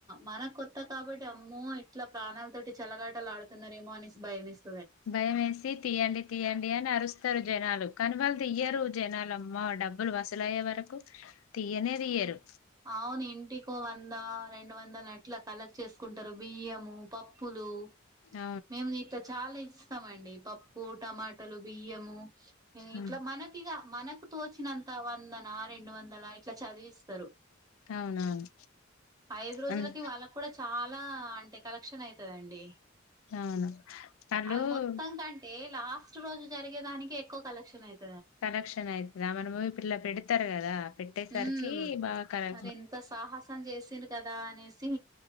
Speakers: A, on the right (about 20°); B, on the left (about 85°).
A: మనకు కొత్త కాబట్టి అమ్మో ఇట్లా ప్రాణాలతోటి చలగాటలు ఆడుతున్నారేమో అనేసి భయమేస్
B: భయంమేసి తీయండి తీయండి అని అరుస్తారు జనాలు కానీ వాళ్ళు తీయ్యారు జనాలు అమ్మ డబ్బులు వసూలు అయ్యే వరకు తీయనే తీయరు
A: అవును ఇంటికో వంద రెండు వందలు అట్ల కలెక్ట్ చేసుకుంటారు బియ్యము పప్పు పులు
B: అ
A: మేము ఇట్లా చాలా ఇస్తామండి పప్పు టమాటాలు బియ్యము ఇట్లా
B: ఉమ్.
A: మనకిగా మనకు తోచినంత వందన రెండు వందల ఇట్లా చదివిస్తారు
B: అవునవును
A: ఐదు రోజులకి
B: హ్మ్.
A: వాళ్ళకు కూడా చాలా అంటే కలెక్షన్ అయితదండి
B: అవును. వాళ్ళు
A: అది మొత్తం కంటే లాస్ట్ రోజు జరిగేదానికి ఎక్కువ కలెక్షన్ అయింది
B: కలెక్షన్ అయితదా మనము ఇప్పుడు ఇలా పెడతారు కదా పెట్టేసరికి
A: ఉమ్
B: బాగా కలె
A: మరి ఇంత సాహసం చేసింరూ కదా అనేసి